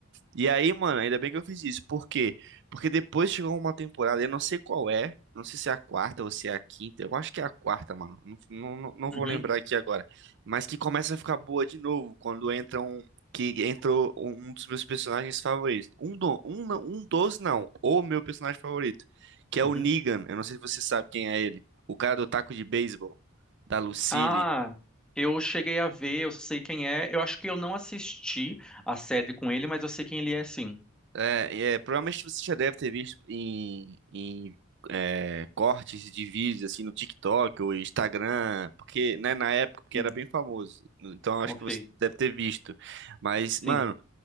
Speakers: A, on the right (about 60°); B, in the centre.
A: E aí, mano, ainda bem que eu fiz isso. Por quê? Porque depois chegou uma temporada, eu não sei qual é, não sei se é a quarta ou se é a quinta, eu acho que é a quarta, mano. Não, não, não não
B: Uhum,
A: vou lembrar aqui agora. Mas que começa a ficar boa de novo quando entra um. Que entrou um um dos meus personagens favoritos. Um, do, um, não- um dos, não. O meu personagem favorito. Que é
B: uhum.
A: o Negan. Eu não sei se você sabe quem é ele. O cara do taco de beisebol. Da Lucille.
B: Ah, eu cheguei a ver, eu sei quem é. Eu acho que eu não assisti a série com ele, mas eu sei quem ele é, sim.
A: É, é, provavelmente você já deve ter visto em, em, é, cortes de vídeos assim no TikTok ou Instagram, porque né, na época porque
B: Sim,
A: era bem famoso. Então acho
B: ok.
A: que você deve ter visto. Mas, mano,
B: Sim,